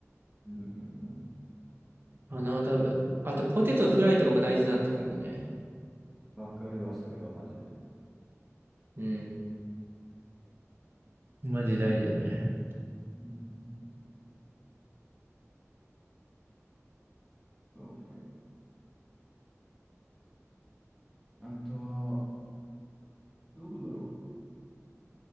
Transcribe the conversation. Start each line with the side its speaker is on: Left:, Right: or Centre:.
Centre: うんうん。
Right: あの、多分、あとポテトフライとかも大事になってくんだね。
Centre: わかるわ、それはマジで。
Right: うん。マジ大事だね。
Centre: うんうんうんそうね。あとは、どこだろ